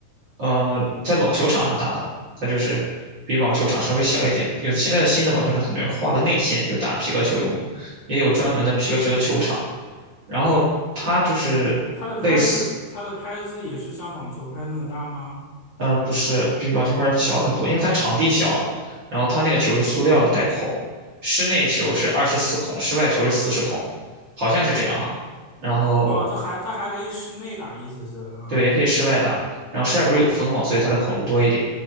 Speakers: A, on the right (about 40°); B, on the left (about 65°).
A: 呃，在网球场上打的，它就是比网球场稍微小一点。有的现在的新的网球场它里面画个内线，就是打皮克球用的，也有专门的皮克球的球场。然后它就是类似
B: 它的拍子它的拍子也是像网球拍那么大吗？
A: 呃，不是，比网球拍儿小很多，因为它场地小了，然后它那个球是塑料的，带孔，室内球是二十四孔，室外球是四十孔，好像是这样哈。然后
B: 哦，它还它还可以室内打，意思是啊，
A: 对，也可以室外打，然后室外不是有风嘛，所以它的孔就多一点。